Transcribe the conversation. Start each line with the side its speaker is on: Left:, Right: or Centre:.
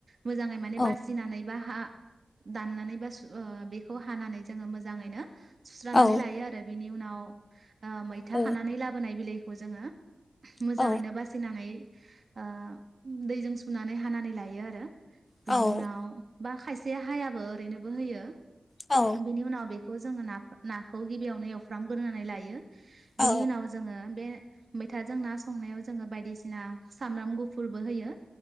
Right: मोजांङै माने
Left: औ
Right: बासिनानै बा हा दाननानै बा सु ओ बेखौ हानानै जोंङो मोजांङैनो सुस्रानानै
Left: औ
Right: लायो आरो। बिनि उनाव ओ मैथा
Left: औ
Right: खानानै लाबोनाय बिलाइखौ जोंङो मोजांङैनो
Left: औ
Right: बासिनानै ओ दैजों सुनानै हानानै लायो आरो। बिनि
Left: औ
Right: उनाव बा खायसे हायाबो ओरैनोबो होयो,
Left: औ
Right: बेनि उनाव बे खौ जोंङो ना-नाखौ गिबियावनो एवफ्रामग्रोनानै लायो
Left: औ
Right: बिनि उनाव जोंङो बे मैथाजों ना संनायाव जोंङो बायदिसिना सामब्राम गुफुरबो होयो।